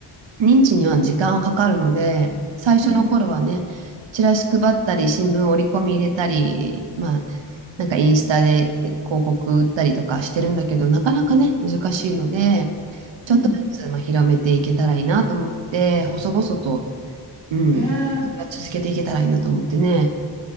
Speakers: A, on the right; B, on the right.
A: 認知には時間はかかるので、最初の頃はね、
B: うん
A: チラシ配ったり、新聞折り込み入れたり、まあ、なんかインスタで広告売ったりとかしてるんだけど、なかなかね、難しいので、ちょっとずつまあ広めていけたらいいなと思って、
B: うん。
A: 細々と、うん、
B: へえ。
A: 続けていけたらいいなと思ってね、